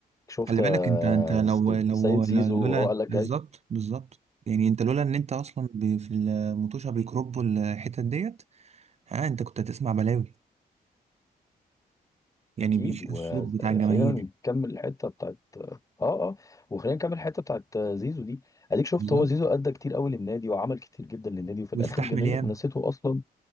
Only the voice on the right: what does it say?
خلي
بالك انت انت لو
لو
لو- لولا
بالظبط بالظبط يعني انت لولا ان انت اصلا ب- في المطوشه بيكربوا الحتت ديت ها انت كنت هتسمع بلاوي يعني
بيشيل
الصوت بتاع الجماهير
بالظبط
واستحمل
ياما